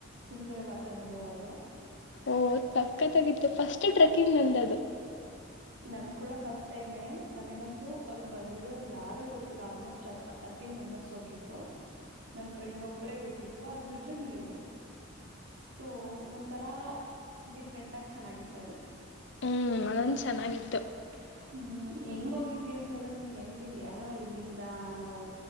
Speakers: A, on the right; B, on the left.
A: ಸುಂದರವಾದ ಅನುಭವ ಅಲ್ವ.
B: ಓಹ್ ತಕ್ಕತಾಗಿತ್ತು ಫಸ್ಟ್ ಟ್ರೆಕ್ಕಿಂಗ್ ನಮ್ದದು.
A: ನಂದ್ ಕೂಡ ಫಸ್ಟ್ ಟೈಮೆ ನನಗಂತೂ ಅಲ್ಲಿ ಬಂದಿದವರು ಯಾರು ಗೊತ್ತಿಲ್ಲ ಆಲ್ಮೋಸ್ ತರ್ಟೀನ್ ಮೆಂಬರ್ಸ್ ಹೋಗಿದ್ದು ನನ್ ಫ್ರೆಂಡ್ ಒಬ್ರೇ ಗೊತ್ತಿತ್ತು ಅದ್ ಬಿಟ್ರೆ ನೀವು. ಸೊ ಒಂಥರ ಡಿಫ್ರೆಂಟ್ ಆಗ್ ಚೆನ್ನಾಗಿತ್ತದು.
B: ಹ್ಮ್ ಅದೊಂದು ಚೆನ್ನಾಗಿತ್ತು
A: ಹ ಹ್ಮ್ ಹೆಂಗ್ ಹೋಗಿದ್ವಿ ಅಂತೆಲ್ಲ ನಿಮಗ್ ನೆನ್ಪಿದಿಯಾ ಇಲ್ಲಿಂದ ನಾವು